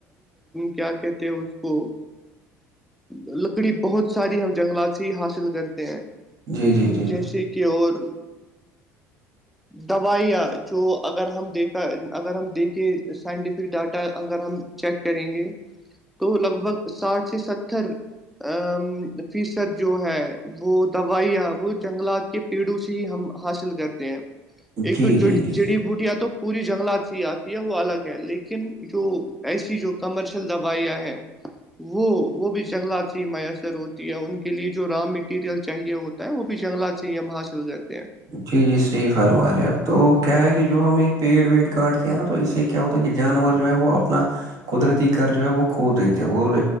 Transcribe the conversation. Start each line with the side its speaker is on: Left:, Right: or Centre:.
Centre: کیا کہتے اس کو ا لکڑی بہت ساری ہم جنگلات سے ہی حاصل کرتے ہیں
Right: جی جی جی
Centre: جیسے
Right: جی
Centre: کہ اور دوائیاں جو اگر ہم دیکھا اگر ہم دیکھیں سائنٹیفک ڈاٹا اگر ہم چیک کریں گے تو لگ بھگ ساٹھ سے ستر <unintelligible> ا فیصد جو ہے وہ دوائیا وہ جنگلات کے پیڑوں سے ہی ہم حاصل کرتے ہیں ایک
Right: جی
Centre: تو
Right: جی جی
Centre: جڑی بوٹی تو پوری جنگلات سے ہی آتی ہے وہ الگ ہے لیکن جو ایسی جو کمرشل دوائی ہے وہ وہ بھی جنگلات سے ہی میسر ہوتی ہے ان کے لیے جو را میٹیریل چاہیے ہو وہ بھی جنگات سے یہ ہم حاصل گئے
Right: جی جی صحیح فرما رہے ہیں اپب تو کیا ہے کہ جو ہمیں پیڑ ویڑ کاٹتے ہیں نا تو اس سے کیا ہوتا ہے کہ جانور جو ہے وہ اپنا قدرتی گھر جو ہے وہ کھو دیتے ہیں اور